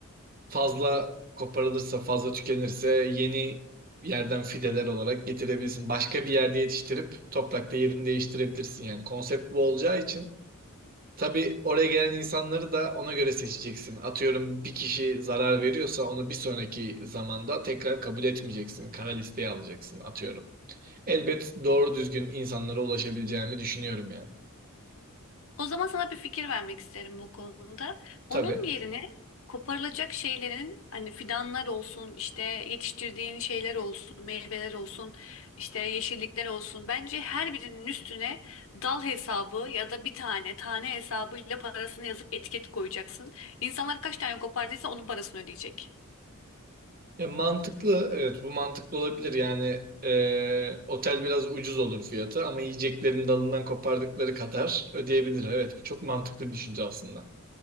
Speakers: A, on the right; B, on the left.
A: fazla koparılırsa, fazla tükenirse yeni yerden fideler olarak getirebilirsin. Başka bir yerde yetiştirip toprakta yerini değiştirebilirsin yani. Konsept bu olacağı için tabii oraya gelen insanları da ona göre seçeceksin. Atıyorum bir kişi zarar veriyorsa onu bir sonraki zamanda tekrar kabul etmeyeceksin. Kara listeye alacaksın atıyorum. Elbet doğru düzgün insanlara ulaşabileceğimi düşünüyorum yani.
B: O zaman sana bir fikir vermek isterim bu konuda. Onun
A: Tabii.
B: yerine koparılacak şeylerin hani fidanlar olsun, işte yetiştirdiğin şeyler olsun, meyveler olsun, işte yeşillikler olsun. Bence her birinin üstüne dal hesabı ya da bir tane tane hesabıyla parasını yazıp etiket koyacaksın. İnsanlar kaç tane kopardıysa onun parasını ödeyecek.
A: Ya mantıklı, evet bu mantıklı olabilir. Yani e, otel biraz ucuz olur fiyatı ama yiyeceklerin dalından kopardıkları kadar ödeyebilir. Evet bu çok mantıklı bir düşünce aslında.